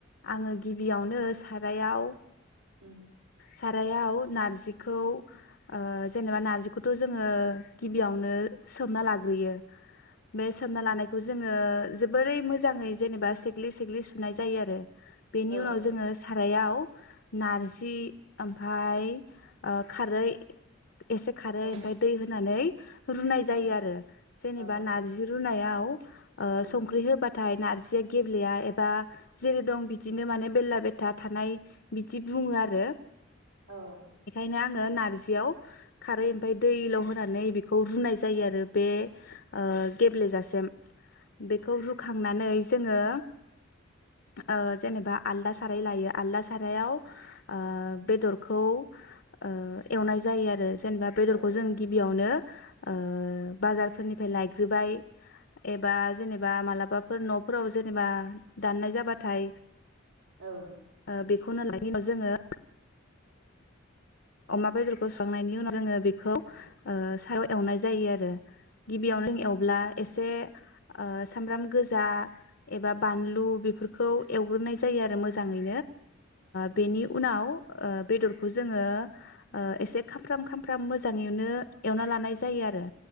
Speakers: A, on the left; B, on the right.
A: आं गिबियावनो साथ रायाव
B: उम ।
A: सारायाव नारजिखौ ओ जेनेबा नारजिखौथ' जोङो गिबियावनो सोमना लाग्रोयो बे सोमना लानाय खौ जोङो जोबोरै मोजाङै जेनेबा सेग्लि सेग्लि सुनाय जायो आरो। बेनि
B: औ
A: उनाव जोङो सारायाव नारजि ओमफाय ओ खारै एसे खारै
B: औ
A: ओमफाय दै होनानै रुनाय जायो
B: औ
A: आरो जेनेबा
B: औ
A: नारजि रुनायाव <unintelligible> ओ
B: औ
A: संख्रि होबाद नाथाय नारजिया गेब्लेया एबा जेरै दं बिद बिदिनो माने बेरला बेथा थानाय बिदि बुङो आरो।
B: औ
A: बिनो आङो नारजियाव खारै ओमफ्राय दैल' होन्नानै बेखौ रुनाय जायो आरो बे ओ गेब्लेजासेम। बेखौ रुखांनानै जोङो ओ जेनेबा आलदा साराय लायो आलदा सारायाव ओ बेदरखौ ओ एवनाय जायो आ रो जेनबा बेदरखौ
B: औ
A: जों गिबियाव नो ओ बाजारफोरनिफ्राय लायग्रोबाय एबा जेनेबा मालाबाफोर न'फोराव जेनेबा दाननाय जाबाथाय
B: औ
A: ओ बेखौनो लाय <unintelligible> नि उनाव जोङो ओ अमा बेदरखौ संनायनि उनाव जोङो बेखौ सायाव एवनाय जायो आरो गिबियावनो एव अब्ला एसे ओ सामब्राम गोजा एबा बानलु बेफोरखौ एवग्रोनाय जायो आरो मोजाङै <unintelligible> ओ बेनि उनाव ओ बेदरखौ जोङो ओ एसे खामफ्राम खामफ्राम मोजाङैनो एवना लानाय जायो आरो।